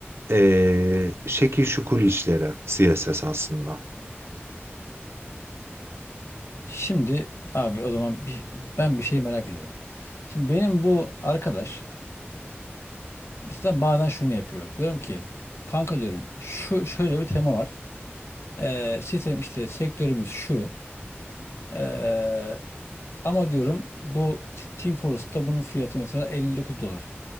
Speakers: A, on the right (about 65°); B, on the left (about 80°).
A: Ee, şekil şukul işleri CSS aslında.
B: Şimdi abi o zaman bir, ben bir şey merak ediyorum. Şimdi benim bu arkadaş mesela bazen şunu yapıyor. Diyorum ki kanka diyorum şu şöyle bir tema var. Ee, sistem işte sektörümüz şu. Ee, ama diyorum bu T- Team Fortress'ta bunun fiyatı mesela 59 dolar.